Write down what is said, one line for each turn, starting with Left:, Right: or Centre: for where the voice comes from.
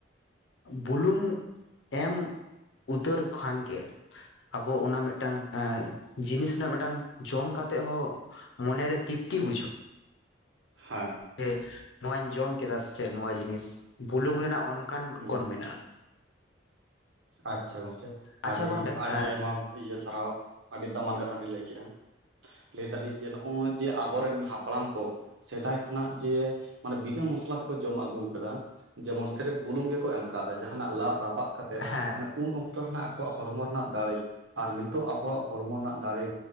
Left: ᱵᱩᱞᱩᱝ ᱮᱢ ᱩᱛᱟᱹᱨ ᱠᱷᱟᱱ ᱜᱮ ᱟᱵᱚ ᱚᱱᱟ ᱢᱤᱫᱴᱟᱝ ᱡᱤᱱᱤᱥ ᱨᱮᱱᱟᱜ ᱢᱤᱫᱴᱟᱝ ᱡᱚᱢ ᱠᱟᱛᱮᱜ ᱦᱚᱸ ᱢᱚᱱᱮᱨᱮ ᱛᱤᱯᱛᱤ ᱵᱩᱡᱩᱜ
Right: ᱦᱮᱸ
Left: ᱡᱮ ᱱᱚᱣᱟᱧ ᱡᱚᱢ ᱠᱮᱫᱟ ᱥᱮ ᱪᱮᱫ ᱱᱚᱣᱟ ᱡᱤᱱᱤᱥ ᱵᱩᱞᱩᱝ ᱨᱮᱱᱟᱜ ᱚᱱᱟ ᱚᱱᱠᱟᱱ
Right: ᱦᱩᱸ
Left: ᱜᱩᱱ ᱢᱮᱱᱟᱜᱼᱟ
Right: ᱟᱪᱪᱷᱟ ᱜᱚᱝᱠᱮ
Left: ᱟᱪᱪᱷᱟ
Right: ᱟᱹᱰᱤ
Left: ᱜᱚᱝᱠᱮ
Right: ᱟᱹᱰᱤ
Left: ᱮᱸ
Right: ᱟᱭᱢᱟ ᱤᱭᱟᱹ ᱥᱟᱨᱦᱟᱣ ᱟᱹᱰᱤ ᱫᱟᱢᱟᱱ ᱠᱟᱛᱷᱟ ᱵᱤᱱ ᱞᱟᱹᱭ ᱠᱮᱫᱼᱟ᱾ ᱞᱟᱹᱭ ᱫᱟᱞᱤᱧ ᱡᱮ ᱱᱚᱜᱼᱚᱭ ᱡᱮ ᱟᱵᱚᱨᱮᱱ ᱦᱟᱯᱲᱟᱢ ᱠᱚ ᱥᱮᱫᱟᱭ ᱠᱷᱚᱱᱟᱜ ᱡᱮ ᱢᱟᱱᱮ ᱵᱤᱜᱟᱹ ᱢᱚᱥᱞᱟ ᱛᱮᱠᱚ ᱡᱚᱢ ᱟᱹᱜᱩ ᱠᱟᱫᱟ᱾ ᱡᱮᱢᱚᱱ ᱥᱨᱮᱯ ᱵᱩᱞᱩᱝ ᱜᱮᱠᱚ ᱮᱢ ᱠᱟᱣᱫᱟ ᱡᱟᱦᱟᱱᱟᱜ ᱞᱟᱜ ᱨᱟᱯᱟᱜ ᱠᱟᱛᱮᱫ
Left: ᱦᱮᱸ
Right: ᱢᱟᱱᱮ ᱩᱱ ᱚᱠᱛᱚ ᱨᱮᱱᱟᱜ ᱟᱠᱚᱣᱟᱜ ᱦᱚᱲᱢᱚ ᱨᱮᱱᱟᱜ ᱫᱟᱲᱮ ᱟᱨ ᱱᱤᱛᱚᱜ ᱟᱵᱚᱣᱟᱜ ᱦᱚᱲᱢᱚ ᱨᱮᱱᱟᱜ ᱫᱟᱲᱮ